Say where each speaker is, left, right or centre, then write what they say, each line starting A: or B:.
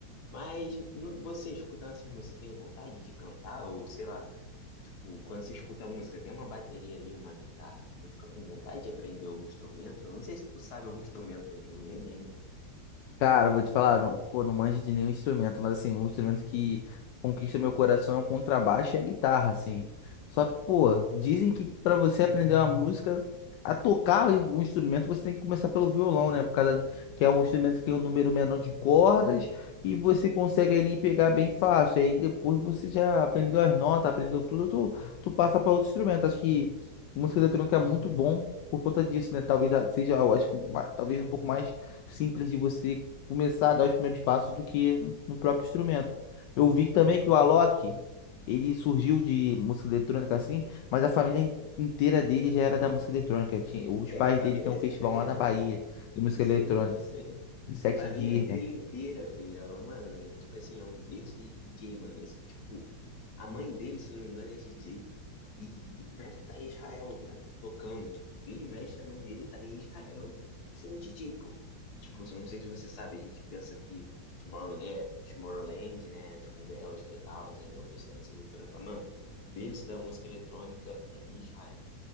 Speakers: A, on the left; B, on the left.
A: Mas no- você escutando essas músicas, você tem vontade de cantar? Ou sei lá, tipo, quando você escuta a música, tem uma bateria ali, uma guitarra, tu fica com vontade de aprender algum instrumento? Eu não sei se tu sabe algum instrumento, Ângelo, nem lembro.
B: Cara, eu vou te falar, não, pô, não manjo de nenhum instrumento, mas assim, o instrumento que conquista meu coração é o contrabaixo e a guitarra, assim. Só que, pô, dizem que pra você aprender uma música, a tocar em um instrumento, você tem que começar pelo violão, né? Por causa que é um instrumento que tem um número menor de cordas e você consegue ali pegar bem fácil. Aí depois você já aprendeu as notas, aprendeu tudo, tu, tu passa pra outro instrumento. Acho que música eletrônica é muito bom por conta disso, né? Talvez a- seja, eu acho que ma- talvez um pouco mais simples de você começar a dar os primeiros passos do que no próprio instrumento. Eu vi também que o Alok, ele surgiu de música eletrônica assim, mas a família inteira dele já era da música eletrônica. Tinha, os
A: É,
B: pais
A: a família.
B: dele têm um festival
A: Aí
B: lá
A: é,
B: na
A: pô.
B: Bahia de música
A: Isso
B: eletrônica,
A: aí, isso aí.
B: de sete
A: Família
B: dias,
A: dele
B: né?
A: inteira, filho. Mano, é, tipo assim, é um berço de DJ, mano. Isso, tipo, a mãe dele, se não me engano, é DJ. E vira e mexe tá em Israel, viado. Tocando, tipo, vira e mexe, a mãe dele tá em Israel sendo DJ, pô. Tipo, eu não sei se você sabe, a gente pensa que Tomorrowland, Tomorrowland, né? Tipo, Bélgica e tal, ali é o berço da música eletrônica. Mano, berço da música eletrônica é Israel